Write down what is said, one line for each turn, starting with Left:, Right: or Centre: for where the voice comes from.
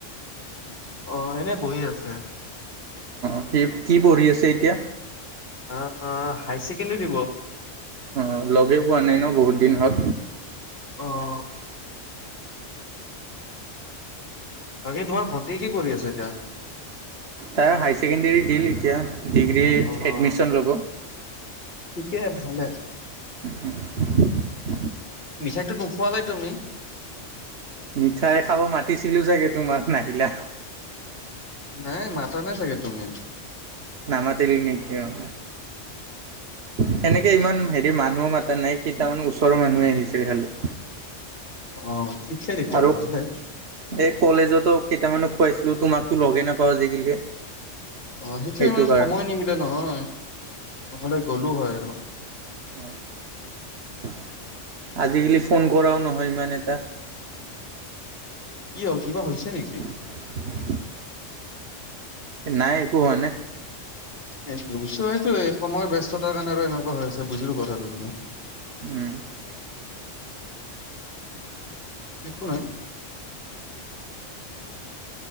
Left: অ'! এনেই বহি আছে।
Right: অ'! সি, কি পঢ়ি আছে এতিয়া?
Left: অ' অ'! হাই ছেকেণ্ডাৰী দিব।
Right: অ'! লগেই পোৱা নাই ন' বহুত দিন হ'ল।
Left: অ'! বাকী, তোমাৰ ভণ্টি কি পঢ়ি আছে, এতিয়া?
Right: তাই হাই ছেকেণ্ডাৰী দিল এতিয়া। ডিগ্ৰীত
Left: অ',
Right: এডমিছন ল'ব।
Left: ঠিকে, ভালে।
Right: <unintelligible>
Left: মিঠাইটো নোখোৱালে, তুমি?
Right: মিঠাই খাব মাতিছিলোঁ চাগে, তোমাক? নাহিলা।
Left: নাই, মাতা নাই চাগে, তুমি।
Right: নামাতিলোঁ নেকি, অ'! সেনেকে ইমান, সেৰি মানুহ মাতা নাই। কেইটামান ওচৰৰ মানুহে, আহিছে খালি।
Left: অ'! ঠিকে তেতিয়াহ'লে,
Right: আৰু
Left: ভালে।
Right: এই, কলেজতো কেইটামানো খোৱাইছিলোঁ। তোমাকতো লগে নাপাওঁ, আজিকালি।
Left: অ'! সেইটোৱে
Right: সেইটো
Left: মানে,
Right: কাৰণে
Left: সময় নিমিলে নহয়। নহ'লে, গ'লো হয় আৰু।
Right: অ'! <inaudible> আজিকালি, ফোন কৰাও নহয়, ইমান এটা।
Left: কি হ'ল, কিবা হৈছে নেকি?
Right: <unintelligible> নাই, একো হোৱা নাই।
Left: এই, বুজিছো এইটোৱেই! সময়ৰ ব্যস্ততাৰ কাৰণে, আৰু এনেকুৱা হৈ আছে, বুজিলোঁ কথাটো তোমাৰ।
Right: উম, <unintelligible>
Left: কোন হয়?